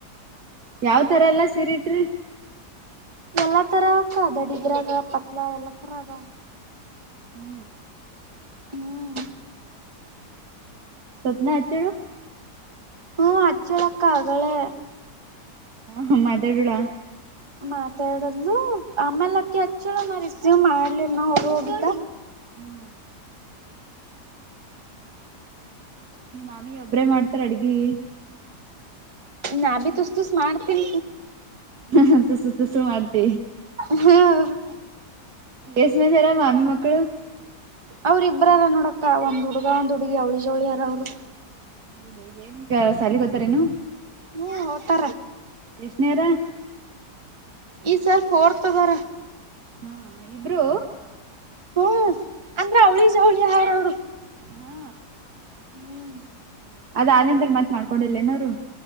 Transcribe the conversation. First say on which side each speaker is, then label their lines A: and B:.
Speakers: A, on the right (about 65°); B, on the right (about 20°).
A: ಯಾವ್ ತರ ಎಲ್ಲ ಸೀರಿಟ್ರಿ
B: ಎಲ್ಲಾ ತರ ಅಕ್ಕ ದಡಿದ್ರಾಗ ಪತ್ಲಾ ಎಲ್ಲಾ ತರಗ
A: ಹ್ಮ
B: ಹ್ಮ್
A: ಸ್ವಪ್ನ ಹಚ್ಚಿರು
B: ಹ್ಮ ಹಚ್ಚಳಕ್ಕ ಆಗಳೇ
A: ಹಮ್ಮದಡಳ
B: ಮಾತಾಡದ್ಲು ಆಮೇಲಕ್ಕಿ ಹಚ್ಚಳ ನ ರಿಸೀವ್ ಮಾಡ್ಲಿಲ್ಲ ನ ಅವರು ಹೋಗಿದ್ದ
A: ಹ್ಮ್ ನಿಮ್ಮ್ ಮಾಮಿ ಒಬ್ರೇ ಮಾಡ್ತಾರ ಅಡ್ಗಿ
B: ನಾ ಬಿ ತುಸ್ತುಸ್ ಮಾಡ್ತೀನ
A: ಹ ತಸು ತಸು ಮಾಡ್ತ
B: ಹ್ಮ
A: ಎಸ್ ಮೇನ್ಾರ ಮಾಮ್ಮಿ ಮಕ್ಕಳು
B: ಅವ್ರ ಇಬ್್ರಾರ ನೋಡಕ ಒಂದ್ ಹುಡುಗ ಒಂದ ಹುಗಿ ಅವಳಿವಳಿಾರ ಅವ್ರು
A: ಹೌದು ಏನ್ ಸಾಲ ಗೊತ್ತಾರನು
B: ಹ್ಮ್ ಹೋತಾರ
A: ಎಷ್ಟನೇಯಾರ
B: ಈ ಸರ್ ಫೋರ್ತದಾರ
A: ಹಾ ಇಬ್ರು
B: ಹ್ಮ ಅಂದ್ರ ಅವಳಿ ಜ ಅವಳಿ ಆಹಾರ ಅವರು
A: ಹಾ
B: ಹ್ಮ್
A: ಅದ ಆದ ನಂತರ ಮತ್ ಮಾಡ್ಕೊಂಡಿಲ್ಲೇನೋರು